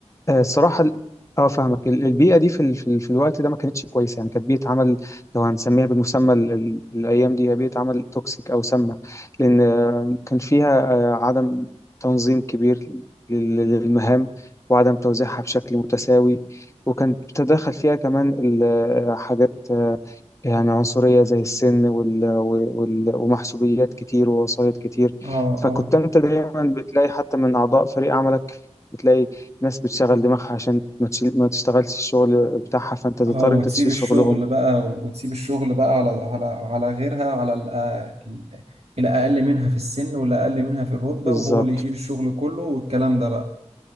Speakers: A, on the left; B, on the right.
A: آه، الصراحة ال- اه فاهمك ال- البيئة دي في ال... في ال- في الوقت ده ما كانتش كويسة يعني كانت بيئة عمل لو هنسميها بالمسمى ال... ال- الأيام دي هي بيئة عمل توكسيك أو سامة لأن آه، كان فيها آه، عدم تنظيم كبير لل- للمهام وعدم توزيعها بشكل متساوي وكان تدخل فيها كمان ال- آه، حاجات آه، يعني عنصرية زي السن وال... وال... ومحسوبيات كتير ووسايط كتير
B: اه
A: فكنت
B: اه
A: انت دايما بتلاقي حتى من أعضاء فريق عملك بتلاقي ناس بتشغل دماغها عشان ما, تشيل... ما تشتغلش الشغل بتاعها فانت تضطر
B: اه وتسيب
A: انت تشيل
B: الشغل
A: شغلهم
B: بقى وتسيب الشغل بقى على على على غيرها على الأ- ال- الأقل منها في السن والأقل منها في الرتبة
A: بالظبط
B: وهو اللي يشيل الشغل كله والكلام ده بقى